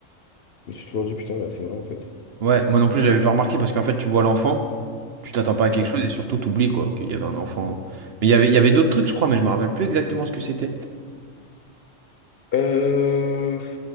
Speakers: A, on the left; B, on the right.
A: Je me suis toujours dit, putain, bah, c'est vrai en fait.
B: Ouais, moi non plus, je l'avais pas remarqué, parce qu'en fait, tu vois l'enfant, tu t'attends pas
A: Ouais.
B: à quelque
A: ouais.
B: chose, et surtout, t'oublies, quoi, qu'il y avait un enfant. Mais il y avait, il y avait d'autres trucs, je crois, mais je me rappelle plus exactement ce que c'était.
A: Euh,